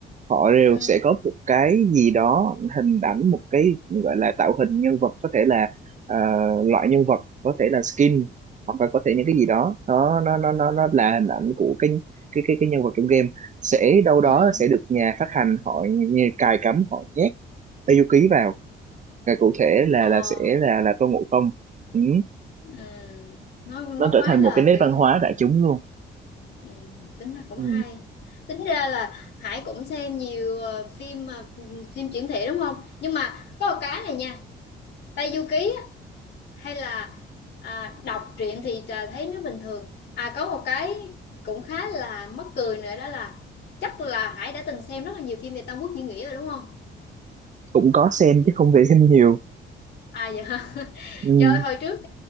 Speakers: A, on the right (about 40°); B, on the left (about 60°).
A: họ đều
B: ừ
A: sẽ có một cái gì đó hình ảnh một cái gọi là tạo hình nhân vật có thể là ờ, loại nhân vật có thể là skin hoặc là có thể những cái gì đó nó nó nó nó nó là hình ảnh của cái cái cái cái nhân vật trong game sẽ đâu
B: ừ
A: đó sẽ được nhà phát hành họ như cài cắm họ nhét Yuki vào và cụ thể là
B: ờ
A: là sẽ là là Tôn Ngộ Không ừ.
B: ừ nó nó
A: nó trở
B: quá
A: thành
B: là
A: một cái nét
B: kiểu
A: văn hóa đại chúng luôn
B: Ừ, tính ra cũng
A: ừ.
B: hay tính ra là Hải cũng xem nhiều ờ, phim ờ, phim chuyển thể đúng không nhưng mà có một cái này nha Tây Du Ký á, hay là à, đọc truyện thì trà thấy nó bình thường à có một cái cũng khá là mắc cười nữa đó là chắc là Hải đã từng xem rất là nhiều phim về Tam Quốc diễn nghĩa rồi đúng không
A: cũng có xem chứ không thể xem nhiều
B: à dạ
A: ừ.
B: Trời ơi, hồi trước